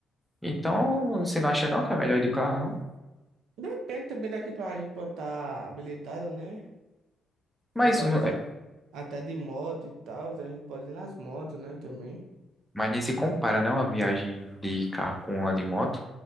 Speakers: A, in the centre; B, on the right (about 80°).
A: Então, você não acha não que é melhor ir de carro, não?
B: Depende também daqui pra gente pode estar habilitado, né?
A: Mas,
B: Ou talvez
A: não- é,
B: a- até de moto e tal, a gente pode ir nas motos, né, também.
A: mas nem se compara, não, a viagem de carro com a de moto.